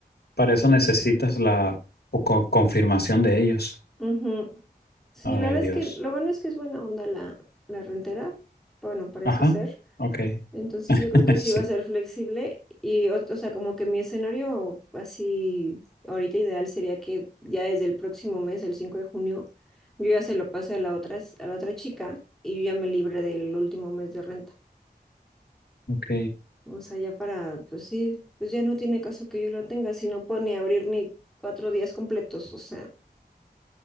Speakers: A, on the left; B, in the centre.
A: para eso necesitas la co- confirmación de ellos.
B: ujú. Sí,
A: Ay,
B: la verdad
A: Dios.
B: es que lo bueno es que es buena onda la, la rentera, bueno, parece
A: Ajá.
B: ser.
A: Ok.
B: Entonces
A: <laughs>
B: yo creo que sí
A: Sí.
B: va a ser flexible y, ot- o, sea, como que mi escenario así ahorita ideal sería que ya desde el próximo mes, el 5 de junio, yo ya se lo pase a la otra, s- a la otra chica y yo ya me libre del último mes de renta.
A: Ok.
B: O sea, ya para, pues sí, pues ya no tiene caso que yo lo tenga, si no puedo ni abrir ni cuatro días completos, o sea.